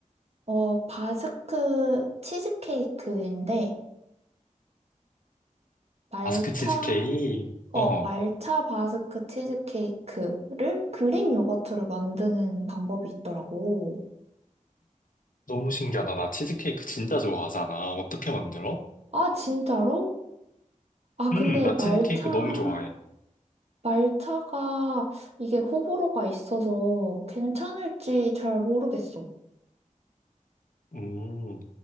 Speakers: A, on the right; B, on the left.
A: 어, 바스크 치즈케이크인데, 말차
B: 마스크 치즈케이크?
A: 어,
B: 어.
A: 말차 바스크 치즈케이크를 그릭 요거트로 만드는 방법이 있더라고.
B: 너무 신기하다. 나 치즈케이크 진짜 좋아하잖아. 어떻게 만들어?
A: 아, 진짜로? 아, 근데
B: 음, 나
A: 말차,
B: 치즈케이크 너무 좋아해.
A: 말차가 이게 호불호가 있어서 괜찮을지 잘 모르겠어.
B: 음,